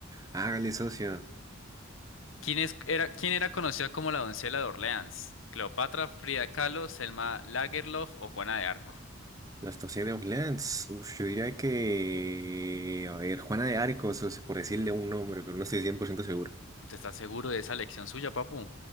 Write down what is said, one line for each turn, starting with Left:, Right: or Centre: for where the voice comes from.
Right: Hágale, socio.
Left: ¿Quién es- era, quién era conocida como la doncella de Orleans? ¿Cleopatra, Frida Kahlo, Selma Lagerlof o Juana de Arco?
Right: La estación de Orleans. Uf, yo diría que. A ver, Juana de Arco, socio, por decirle un nombre, pero no estoy 100% seguro.
Left: ¿Usted está seguro de esa elección suya, papu?